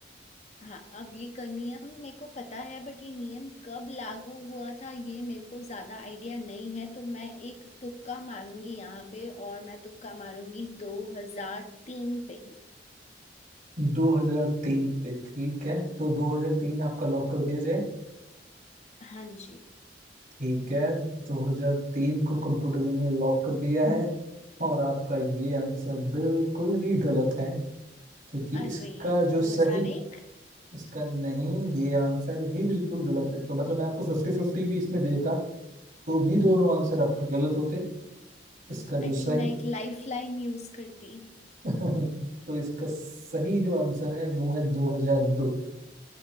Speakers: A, on the left (about 40°); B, on the right (about 50°).
A: हाँ अब ये क- नियम मेरे को पता है बट ये नियम कब लागू हुआ था ये मेरे को ज्यादा आइडिया नहीं है तो मैं एक तुक्का मारूंगी यहाँ पे और मैं तुक्का मारूंगी 2003 पे
B: 2003 पे ठीक है तो 2003 आपका लॉक कर दिया जाए
A: हाँ जी
B: ठीक है 2003 को कंप्यूटर जी ने लॉक कर दिया है और आपका ये आंसर बिल्कुल ही गलत है क्योंकि
A: अरे
B: इसका
A: 2001
B: जो सही इसका नहीं ये आंसर भी बिल्कुल गलत है तो मतलब मैं आपको फिफ्टी फिफ्टी भी इसमें देता तो भी दोनों आंसर आपके गलत होते इसका जो
A: आई
B: सही
A: थिंक मैं एक लाइफ लाइन यूज करती
B: <laughs> तो इसका सही जो आंसर है वो है 2002